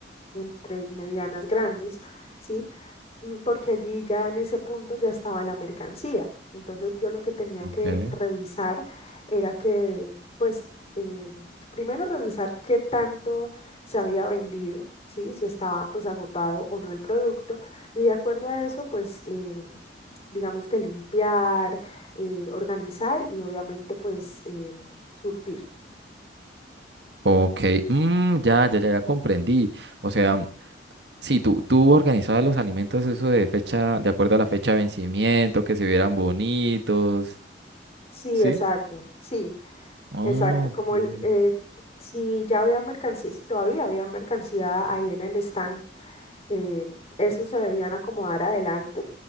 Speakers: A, on the left; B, on the right.
A: entre medianas grandes, ¿sí? Mm, porque allí ya en ese punto ya estaba la mercancía. Entonces yo lo que tenía
B: ok.
A: que revisar era que, pues, eh, primero revisar qué tanto se había vendido, ¿sí? Si estaba pues agotado o no el producto. Y de acuerdo a eso, pues, eh, digamos que limpiar, eh, organizar y obviamente pues eh, surtir.
B: Ok, mm, ya, ya, ya, ya comprendí. O sea, sí, tú, tú organizabas los alimentos, eso de fecha, de acuerdo a la fecha de vencimiento, que se vieran bonitos,
A: Sí,
B: ¿sí?
A: exacto, sí.
B: Oh,
A: Exacto,
B: ok.
A: como el, eh, si ya había mercancía, si todavía había mercancía ahí en el stand eh, esos se debían acomodar adelante